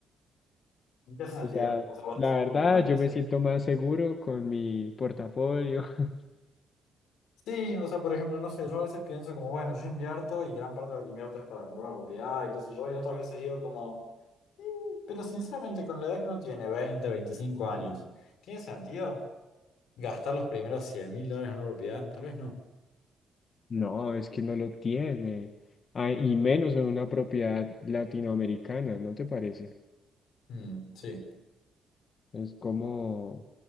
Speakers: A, on the left (about 80°); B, on the left (about 45°).
A: ¿En qué sentido?
B: O sea,
A: O sea, vos
B: la
A: decís
B: verdad,
A: como que no tiene
B: yo
A: sentido.
B: me siento más seguro con mi portafolio. <laughs>
A: Sí, o sea, por ejemplo, no sé, yo a veces pienso como, bueno, yo invierto y gran parte de lo que invierto es para comprar una propiedad y qué sé yo, y otras veces digo como, pero sinceramente, con la edad que uno tiene, 20 25 años, ¿tiene sentido gastar los primeros cien mil dólares en una propiedad? Tal vez no.
B: No, es que no lo tiene. Ah, y menos en una propiedad latinoamericana, ¿no te parece?
A: Mm, sí.
B: Es como,